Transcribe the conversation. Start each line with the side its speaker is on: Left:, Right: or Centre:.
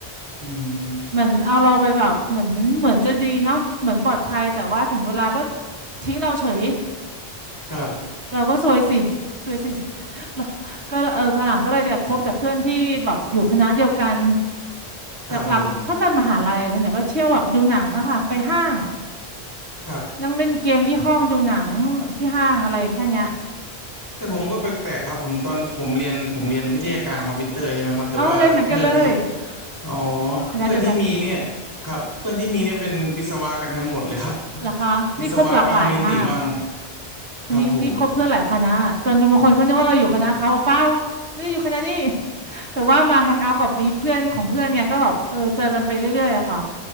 Left: อืม
Right: เหมือนเอาเราไปแบบเหมือนเหมือนจะดีเนาะเหมือนปลอดภัยแต่ว่าถึงเวลาก็ทิ้งเราเฉย
Left: ครับ
Right: เราก็ซวยสิซวยสิ <laughs> เราก็เออข้างหลังก็เลยจะคบแต่เพื่อนที่แบบอยู่คณะเดียวกัน
Left: <laughs> ครับผม
Right: หลักๆถ้ากันมหาลัยอะส่วนใหญ่ก็เที่ยวแบบดูหนังอะค่ะไปห้าง
Left: ครับ
Right: นั่งเล่นเกมที่ห้องดูหนังที่ห้างอะไรแค่เนี้ย
Left: แต่ผมก็แปลกๆครับผมตอนผมเรียนผมเรียนวิทยาการคอมพิวเตอร์ใช่ไหมครับแต่ว่าเพื่อนที่
Right: เอาเลยเหมือนกันเลย
Left: อ๋อ
Right: คณะเดียวกัน
Left: เพื่อนที่มีเนี่ยครับเพื่อนที่มีเนี่ยเป็นวิศวะกันทั้งหมดเลยครับ
Right: เหรอคะนี่ครบหลากหลายมาก
Left: วิศวะบ้างนิติบ้าง
Right: คณะนี้นี่คบเพื่อนหลายคณะจนบางคนเขานึกว่าเราอยู่คณะเขาบอกเปล่า
Left: ครับผม
Right: ไม่ได้อยู่คณะนี้ <laughs> แต่ว่ามาแฮงเอาท์กับมีเพื่อนของเพื่อนไงก็แบบเออเจอกันไปเรื่อยๆอะค่ะ